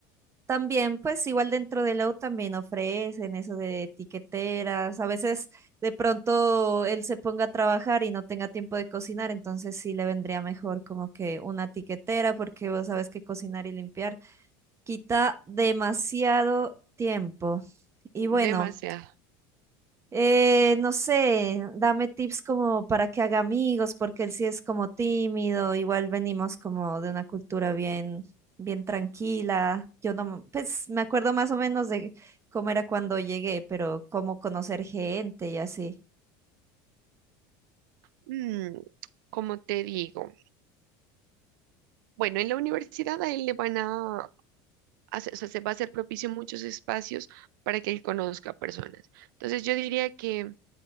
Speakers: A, on the right (about 25°); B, on the right (about 80°).
A: También, pues igual dentro de Lowe también ofrecen eso de tiqueteras. A veces de pronto él se ponga a trabajar y no tenga tiempo de cocinar, entonces sí le vendría mejor como que una tiquetera porque vos sabes que cocinar y limpiar quita demasiado tiempo. Y bueno.
B: Demasiado.
A: Eh, no sé, dame tips como para que haga amigos, porque él sí es como tímido, igual venimos como de una cultura bien, bien tranquila. Yo no, m- pues me acuerdo más o menos de cómo era cuando llegué, pero cómo conocer gente y así.
B: Mm, como te digo, bueno, en la universidad a él le van a, hacer- o sea, se va a hacer propicio muchos espacios para que él conozca personas. Entonces yo diría que